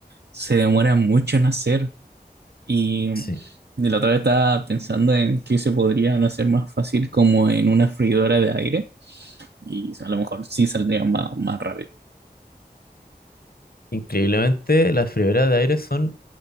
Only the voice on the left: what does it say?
sí.
Increíblemente, las freidoras de aire son